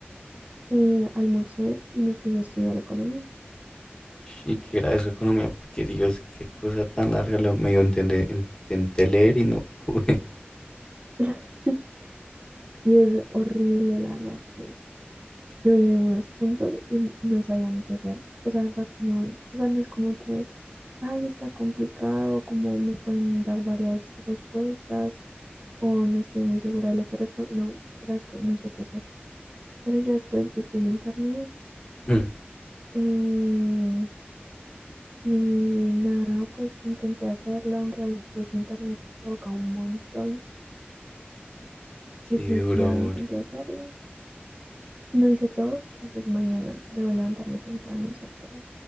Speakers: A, on the right; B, on the left.
A: eh, almorcé y me puse a estudiar economía.
B: Y que era de su economía, porque Dios, qué cosa tan larga, lo medio entendé- intenté leer y no <laughs> pude.
A: <laughs> Y es horrible, la verdad, que yo vi en algunos puntos y no sabía ni qué hacer. O sea, la verdad, no, o sea, no es como que, ay, está complicado, como me pueden dar varias respuestas o no estoy muy segura de lo que respondo. No, o sea, es que no sé qué hacer. Pero ya después busqué en internet.
B: Mm,
A: eh, Y nada, pues intenté hacerlo, aunque a veces internet se equivoca un montón. Y
B: Qué
A: pues
B: duro,
A: nada,
B: amor.
A: intenté hacerlo. No hice todos, entonces mañana debo levantarme temprano a hacer todos.